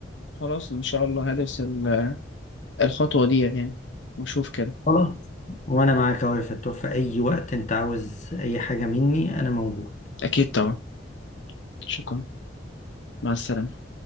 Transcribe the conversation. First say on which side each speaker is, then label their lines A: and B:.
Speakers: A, on the left; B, on the left.
A: خلاص إن شاء الله هدرس ال- الخطوة دي يعني وأشوف كده
B: خلاص وانا معاك اهو يا فتوح في اي وقت انت عاوز اي حاجة مني انا موجود
A: أكيد طبعا شكرا مع السلامة